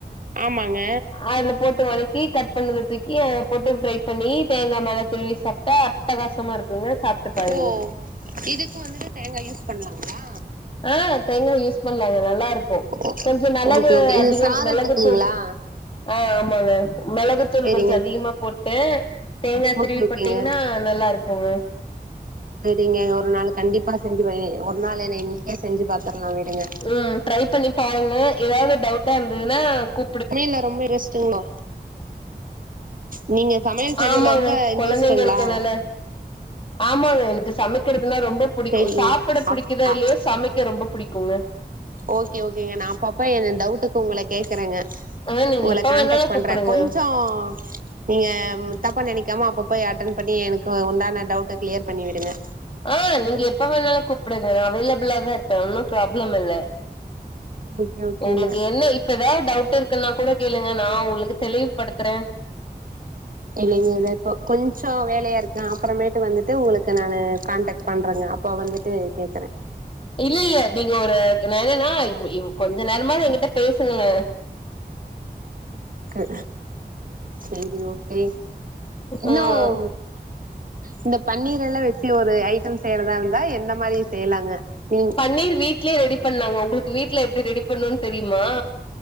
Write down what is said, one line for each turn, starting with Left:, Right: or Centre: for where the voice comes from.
Right: ஆமாங்க
Left: அதுல போட்டு வதக்கி கட் பண்ணத தூக்கி அதுல போட்டு ஃப்ரை பண்ணி தேங்கா மேல துருவி சாப்ட்டா அட்டகாசமா இருக்குங்க சாப்ட்டு பாருங்க
Right: ஓ இதுக்கு வந்துட்டு தேங்காய் யூஸ் பண்ணலாங்ளா
Left: ஆ தேங்காய யூஸ் பண்ணலாங்க நல்லாருக்கு
Right: ஓ
Left: கொஞ்ச மெளகு
Right: ஓகே ஓகே இது
Left: அதிகம்
Right: சாதத்துக்குங்களா
Left: மெளகுத்தூள் ஆ ஆமாங்க மெளகுத்தூள்
Right: சேரிங்க
Left: கொஞ்ச அதிகமா போட்டு தேங்கா
Right: ஓகே
Left: திருவி
Right: ஓகேங்க
Left: போட்டீங்ன்னா நல்லாருக்குங்க
Right: செரிங்க ஒரு நாள் கண்டிப்பா செஞ்சு வே ஒரு நாள் என்ன இன்னைக்கே செஞ்சு பாத்தர்லா விடுங்க
Left: ம் ட்ரை பண்ணி பாருங்க எதாவ்து டவுட்டா இருந்ததுன்னா கூ
Right: ஆனா என்ன ரொம்ப யோசிச்சிங்ளோ நீங்க சமையல் செய்றதுல
Left: ஆமாங்க
Right: ரொம்ப இன்ட்ரெஸ்ட்டுங்ளா
Left: கொழந்தைங்க இருக்கனால ஆமாங்க எனக்கு சமைக்கிறதுனா ரொம்ப புடிக்கு
Right: சேரிங்க
Left: சாப்புட புடிக்குதோ
Right: அப் அ
Left: இல்லியோ சமைக்க ரொம்ப புடிக்குங்க
Right: ஓகே ஓகேங்க நா அப்பப்ப என் டவுட்டுக்கு உங்கள கேக்குறங்க
Left: ஆ நீங்க
Right: உங்கள
Left: எப்ப
Right: கான்டாக்ட்
Left: வேணாலும் கூப்பிடுங்க.
Right: பண்றே கொஞ்சோ நீங்க தப்பா நெனைக்காம அப்பப்ப அட்டன் பண்ணி எனக்கு உண்டான டவுட்ட க்ளியர் பண்ணி விடுங்க
Left: ஆ நீங்க எப்ப வேணாலு கூப்புடுங்க நா அவைலபிளா தா இருப் பே ஒன்னு ப்ராப்ளம் இல்ல
Right: ஓகே ஓகேங்க
Left: உங்ளுக்கு என்ன இப் இப்ப எதாவ் டவுட் இருக்குன்னா கூட கேளுங்க நா உங்ளுக் தெளிவுப்படுத்துறே
Right: இல்லைங்க த இப்போ கொஞ்சோ வேலையா இருக்கே அப்பறமேட்டு வந்துட்டு உங்களுக்கு நானு கான்டாக்ட் பண்றங்க அப்ப வந்துட்டு கேக்குறே
Left: இல்லல்ல நீங்க ஒரு நா என்னன்னா வ் வ் கொஞ்ச நேரமாது எங்கிட்ட பேசுங்களே
Right: க்கு செரி ஓகே இன்னும்
Left: ம்.
Right: இந்த பன்னீர் எல்லா வெச்சு ஒரு ஐட்டம் செய்யறதா இருந்தா எந்த மாரி செய்லாங்க நீ
Left: பண்ணீர் வீட்லயே ரெடி பண்லாங்க உங்களுக்கு வீட்ல எப்டி ரெடி பண்ணுன் தெரியுமா